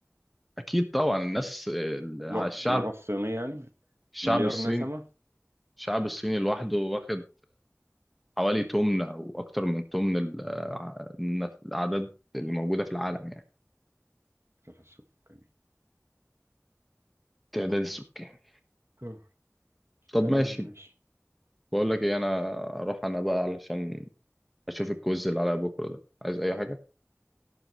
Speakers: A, in the centre; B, on the right.
A: اكيد طبعا الناس ال- على
B: اللغة
A: الشعب
B: اللغة الصينية يعني
A: الشعب
B: مليار
A: الصيني
B: نسمة
A: الشعب الصيني لوحده واخد حوالي تمن او اكتر من تمن ال- ع- الن- الاعداد اللي موجودة في العالم يعني
B: في السكاني
A: التعداد السكاني
B: طب.
A: طب
B: تمام
A: ماشي
B: ماشي
A: بقول لك ايه انا اروح انا بقى علشان اشوف الكويز اللي عليا بكرة ده عايز اي حاجة